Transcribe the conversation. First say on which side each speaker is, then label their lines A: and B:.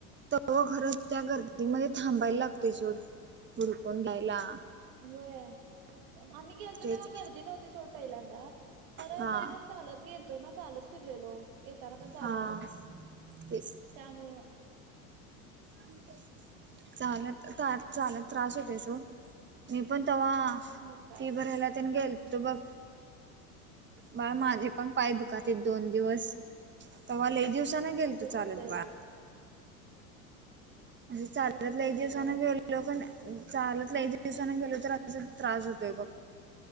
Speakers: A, on the right; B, on the right.
A: खर त्या गर्दीमध्ये थांबायला लागतंय सोड हुडकून द्यायला
B: होय आम्ही गेलतो
A: तेच
B: तेव्हा गर्दी नव्हती सोड पहिल्यांदा खरं
A: हा
B: तरी पण चालत गेलतो ना चालत फिरलेलो येताना पण चालत
A: हा तेच
B: त्यामुळं
A: <inaudible> चालत चालत त्रास होतोय सोड मी पण तवा फी
B: मग काय
A: भरायला तेन गेलतो बघ बाळ माझे
B: हा
A: पण पाय दुखालतीत दोन दिवस तवा लई दिवसान गेलतो
B: तसच
A: चालत
B: होतंय
A: बाळ म्हणजे चालत
B: तसच
A: लई
B: होतंय
A: दिवसान
B: ग
A: गेलो गेलो पण चालत लई दिवसांना गेलो तर अजून त्रास होतोय बघ